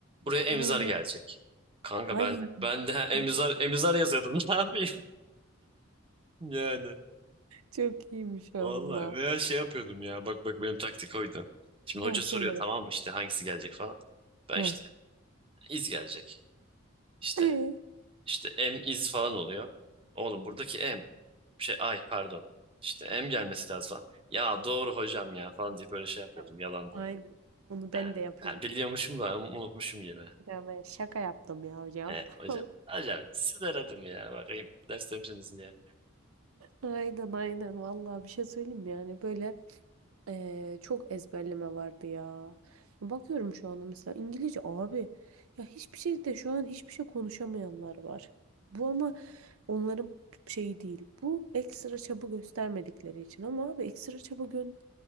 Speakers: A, on the right; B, on the right.
A: Buraya emizar
B: Aynen.
A: gelecek. Kanka
B: Ay.
A: ben ben de ha, emizar
B: Allah.
A: emizar yazıyordum. <laughs> Ne yapayım? Yani
B: Çok iyiymiş oğlum
A: vallahi
B: lan.
A: veya şey yapıyordum ya. Bak bak benim taktik oydu. Şimdi
B: He,
A: hoca
B: söyle.
A: soruyor
B: be.
A: tamam mı işte hangisi gelecek falan. Ben
B: He.
A: işte iz gelecek. İşte
B: Ee,
A: işte em iz falan oluyor. Oğlum buradaki em. şey ay pardon. işte em gelmesi lazım falan. Ya doğru hocam ya falan diye böyle şey yapıyordum
B: Evet.
A: yalandan.
B: Aynen. Onu ben
A: Ha,
B: de yapıyorum.
A: ha, biliyormuşum da unutmuşum gibi.
B: Ya ben şaka yaptım ya hocam.
A: He,
B: <laughs>
A: hocam. Hocam sizi aradım ya bakayım derste misiniz diye.
B: Aynen aynen. Vallahi bir şey söyleyeyim mi? yani. Böyle eee, çok ezberleme vardı ya. Bakıyorum şu anda mesela İngilizce abi. Ya hiçbir şey de şu an hiçbir şey konuşamayanlar var. Bu ama onların şeyi değil. Bu ekstra çaba göstermedikleri için. Ama abi ekstra çaba gö-